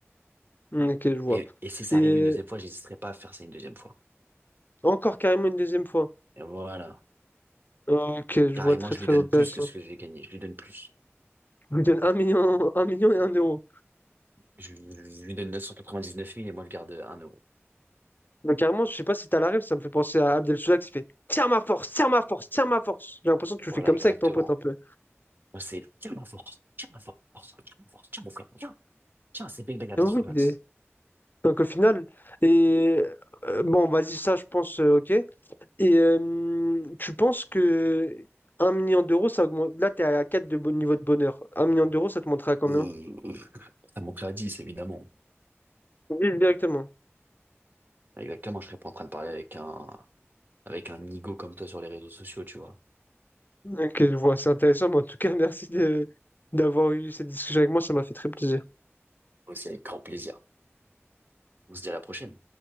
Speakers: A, on the left; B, on the right.
A: Hmm, Ok, je vois.
B: Et, et si ça
A: Et
B: arrive une deuxième
A: euh,
B: fois, j'hésiterai pas à faire ça une deuxième fois.
A: encore carrément une deuxième fois.
B: Et voilà.
A: Ok, je
B: Carrément,
A: vois très
B: je
A: très
B: lui donne
A: intéressant.
B: plus que ce que j'ai gagné. Je lui donne plus.
A: Je vous donne un million, <laughs> un million et un euro.
B: Je lui, je lui donne 999 000 et moi, je garde un euro.
A: Mais carrément, je sais pas si t'as la rêve, ça me fait penser à Abdel Soudak qui fait Tiens ma force, tiens ma force, tiens ma force. J'ai l'impression que
B: Voilà,
A: tu fais comme
B: exactement.
A: ça avec ton pote un peu.
B: Moi, c'est tiens ma force, tiens ma force, tiens ma force, tiens mon frère, tiens, tiens, c'est bien de garder
A: Et oui,
B: sous l'axe.
A: des- donc au final, et euh, bon, vas-y, ça je pense, euh, ok. Et euh, tu penses que un million d'euros, ça augmente. Là, t'es à 4 de bon niveau de bonheur. un million d'euros, ça te montrait à combien?
B: Euh, euh, Ça, mon frère 10, évidemment.
A: Oui, directement.
B: Exactement, je serais pas en train de parler avec un, avec un nigo comme toi sur les réseaux sociaux, tu vois.
A: Ok, je vois, c'est intéressant, mais en tout cas, <laughs> merci de- d'avoir eu cette discussion avec moi, ça m'a fait très plaisir.
B: Aussi, avec grand plaisir. On se dit à la prochaine.